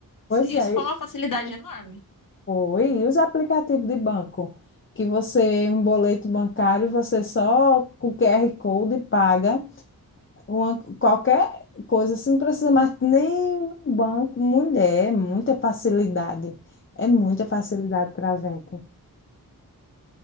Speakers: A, on the left (about 35°); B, on the left (about 65°).
A: pois
B: Isso, isso
A: é,
B: foi
A: e-
B: uma facilidade enorme.
A: foi. E os aplicativos de banco? Que você, um boleto bancário, você só com QR Code paga. Uma, qualquer coisa, você não precisa mais nem um banco, mulher, é muita facilidade. É muita facilidade para a gente,